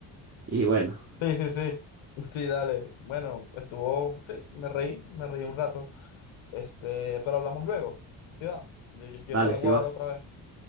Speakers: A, on the right; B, on the left.
A: y bueno,
B: Sí, sí, sí. <laughs> Sí, dale. Bueno, estuvo, sí, me reí, me reí un rato. Este, pero hablamos luego. Sí, va. Yo, yo yo
A: dale,
B: salgo
A: sí va.
B: ahora otra vez.